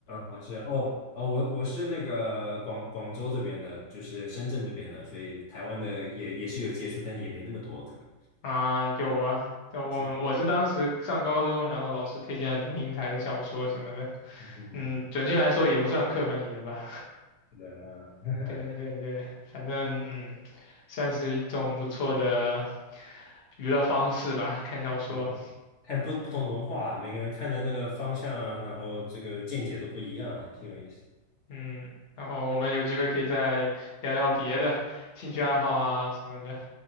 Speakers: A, on the left; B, on the left.
A: 老是哦哦，我我是那个广广州这边的，就是深圳这边的，所以台湾的也也是有接触，但也没那么多，可能。
B: 啊，有啊，就我们我是当时上高中，
A: 是。
B: 然后老师推荐龙应台的小说什么的，
A: 嗯，
B: 嗯，准确来说也不算课本里的吧。
A: 是的，啊，
B: <laughs>
A: <laughs>
B: 对对对，反正嗯，算是一种不错的娱乐方式吧，看小说。
A: 对嗯对，看不不同的文化啊，每个人看的那个方向啊，然后这个见解都不一样啊，还挺有意思。
B: 嗯，然后我们有机会可以再聊聊别的兴趣爱好啊什么的。